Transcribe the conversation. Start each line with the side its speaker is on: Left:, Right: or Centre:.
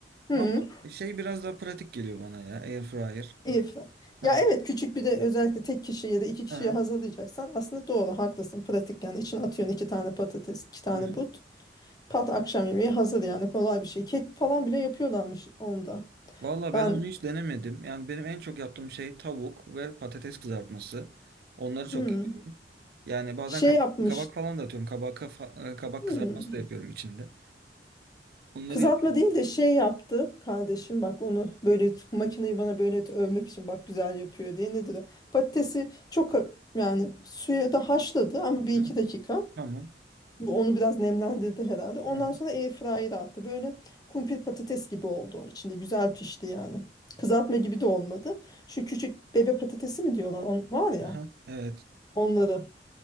Left: hı,
Right: Ama şey biraz daha pratik geliyor bana ya. Air fryer.
Left: iyi fırın.
Right: Aha,
Left: Ya evet küçük bir de özellikle tek kişi ya da iki kişiye
Right: aha,
Left: hazırlayacaksan aslında doğru haklısın pratik yani içine atıyorsun iki tane patates iki tane
Right: aha.
Left: but Pat akşam yemeği hazır yani kolay bir şey. Kek falan bile yapıyorlarmış onda.
Right: Valla
Left: Ben
Right: ben onu hiç denemedim. Yani benim en çok yaptığım şey tavuk ve patates kızartması. Onları çok
Left: hmm,
Right: yapıyorum. Yani bazen
Left: şey
Right: kabak,
Left: yapmış.
Right: kabak falan da atıyorum. Kabak, kafa- e, kabak
Left: hmm,
Right: kızartması da yapıyorum içinde. Onları
Left: kızartma
Right: yapıyorum.
Left: değil de şey yaptı kardeşim bak onu böyle t- makineyi bana böyle t- övmek için bak güzel yapıyor diye nedir o? Patatesi çok a- yani suya da haşladı ama bir
Right: Aha,
Left: iki dakika.
Right: tamam.
Left: Bu onu biraz nemlendirdi herhalde. Ondan
Right: Aha,
Left: sonra airfryer'a attı. Böyle kumpir patates gibi oldu. İçinde güzel pişti yani. Kızartma gibi de olmadı. Şu küçük bebe patatesi mi diyorlar? On, var ya.
Right: aha, evet.
Left: Onları